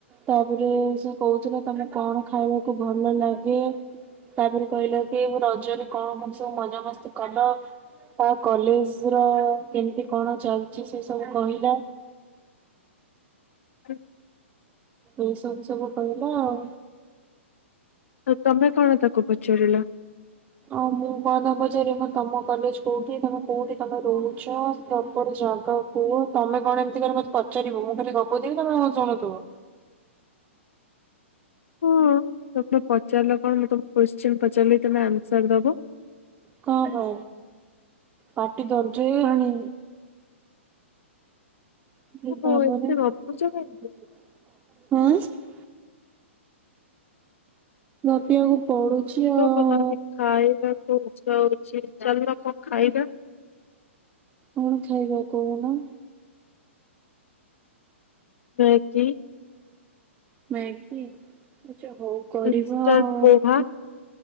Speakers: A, on the right; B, on the left.
A: ତାପରେ ସେ କହୁଥିଲା ତମେ କଣ ଖାଇବ ଭଲ ଲାଗେ ତାପରେ କହିଲା କି ମୁଁ ରଜରେ କଣ କଣ ସବୁ ମଜା ମସ୍ତି କଲ ଆଉ କଲେଜ ର କେମତି କଣ ଚାଲିଛି ସେ ସବୁ କହିଲା
B: ହ।
A: ଏଇ ସବୁ ସବୁ କହିଲା ଆଉ।
B: ତ ତମେ କଣ ତାକୁ ପଚାରିଲ।
A: ଆଉ ମୁଁ କଣ ତାଙ୍କୁ ପଚାରିବି ମୁ ତମ କଲେଜ କୋଉଠି ତମେ କୋଉଠି ତମେ ରହୁଛ ପ୍ରପର୍ ଜାଗାକୁ ତମେ କଣ ଏମିତି କଲେ ମତେ ପଚାରିବ ମୁଁ ଖାଲି ଗପୁ ଥିବି ତମେ ଶୁଣୁଥିବ।
B: ହଁ ତମେ ପଚାରିଲ କଣ ମୁଁ ତମକୁ କୋଶ୍ଚିନ୍ ପଚାରିଲି ତମେ ଆନ୍ସର ଦବ।
A: କଣ ହଁ ପାଟି ଦରଜ୍ ହେଇଗଲାଣି। <unintelligible>
B: ଓହୋ ଏତେ ଗପୁଛ କାହିଁକି?
A: ଗପିବାକୁ ପଡୁଚି ଆଉ।
B: ଗଲାଣି ଖାଇବାକୁ ଇଚ୍ଛା ହଉଚି ଚାଲୁନ କଣ ଖାଇବା।
A: କଣ ଖାଇବ କହୁନ?
B: ମ୍ୟାଗି।
A: ମ୍ୟାଗି ଆଛା ହଉ କରିବା
B: ଇନଷ୍ଟାଣ୍ଟ
A: ଆଉ।
B: ପୋହା